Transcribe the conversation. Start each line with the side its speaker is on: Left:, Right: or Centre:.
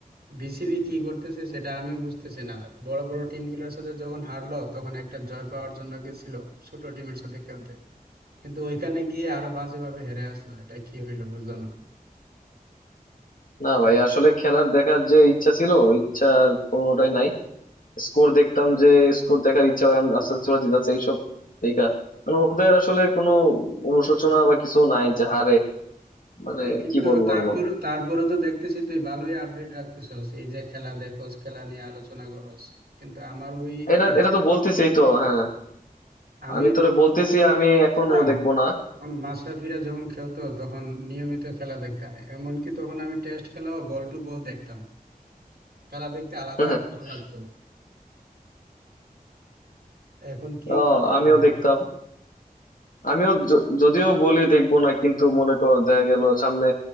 Right: বিসিবি কি করতেছে সেটা আমি বুঝতেছি না বড় বড় টিমগুলোর সাথে যখন হারলো তখন একটা জয় পাওয়ার জন্য গেছিল ছোট টিমের সাথে খেলতে কিন্তু ওইখানে গিয়ে আরো বাজেভাবে হেরে আসলো এটা কি হইলো বুঝলাম না
Left: না ভাই আসলে খেলার দেখার যে ইচ্ছা ছিল ইচ্ছা আর কোনোটাই নাই স্কোর দেখতাম যে স্কোর দেখার ইচ্ছা হয়, আস্তে আস্তে চলে যেতেছে এইসব দেখা মানে ওদের আসলে কোনো অনুশোচনা বা কিছু নাই যে হারে মানে
Right: হ্যাঁ, কিন্তু
Left: কি বলবো
Right: তারপরে
Left: আর বল
Right: তারপরে তো দেখতেছি তুই ভালোই আপডেট রাখতেছস এই যে খেলা দেখোস খেলা নিয়ে আলোচনা করস কিন্তু আমার ওই
Left: এটা
Right: ইচ্ছা
Left: এটা তো বলতেছি এই তো হ্যাঁ
Right: আমি
Left: আমি তোরে বলতেছি
Right: যখন
Left: আমি
Right: ছোট
Left: এখনো
Right: ছিলাম
Left: দেখবো না
Right: তখন মাশরাফিরা যখন খেলতো তখন নিয়মিত খেলা দেখতাম এমনকি তখন আমি টেস্ট খেলাও বল টু বল দেখতাম খেলা দেখতে আলাদা
Left: <laughs>
Right: ভালো লাগতো এখন কি
Left: ও
Right: খেলে
Left: আমিও
Right: এগুলা
Left: দেখতাম আমিও য- যদিও বলি দেখবো না কিন্তু মনে কর দেখা গেল সামনে